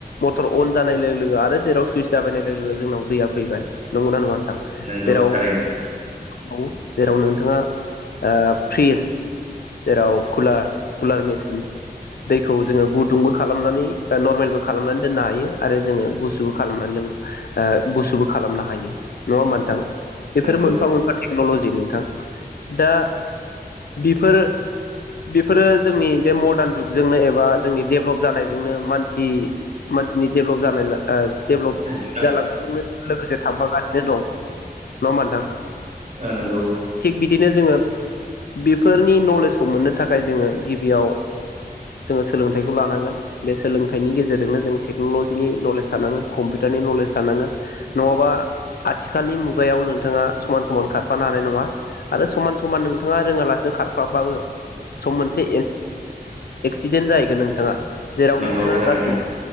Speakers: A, on the left; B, on the right.
A: मटर अन जानाय लोगो आरो जेराव सुइस दाबायनाय लोगो जोंनाव दैया फैबाय। नंगौना नङा नोंथां?
B: नंगौ
A: जेराव
B: थारैनो
A: औ जेराव नोंथाङा ओ फ्रिज जेराव खुला खुलार मेचिन दैखौ जोङो गुद दुंबो खालामनानै नरमेलबो खालामनानै दोननो हायो आरो जोङो गुसुबो खालामनानै लों ओ गुसुबो खालामनो हायो नङा होमबा नोंथां? बेफोर
B: नंगौ
A: मोनफा मोनफा टेक टेक्न'लजि नोंथां दा बेफोर बेफोरो जोंनि बे मडार्न जुगजोंनो एबा जोंनि डेभलप जानायजोंनो मानसि मानसिनि डेभलप जानाय ला ओ डेभलप
B: नंगौ
A: जालांनायजोंनो लोगोसे थांफागासिनो दं नङा होनबा नोंथां? <inaudible>
B: ओ नंगौ ।
A: थिग बिदिनो जोङो बेफोरनि नलेजखौ मोननो थाखाय जोङो गिबियाव जोङो सोलोंथाइ खौ लानांगोन बे सोलोंथाइनि गेजेरजोंनो जों टेकन'ल'जिनि नलेज थानांगोन कम्पिउटारनि नलेज थानांगोन नङाबा आथिखालनि मुगायाव नोंथाङा समान समान खारफानो हानाय नङा आरो समान समान नोंथाङा रोङालासिनो खारफाबाबो सम मोनसे एक्सिडेन्ट जाहैगोन नों थांङा? जेराव
B: नंगौ
A: नोंथाङा
B: थारैनो
A: गासैबो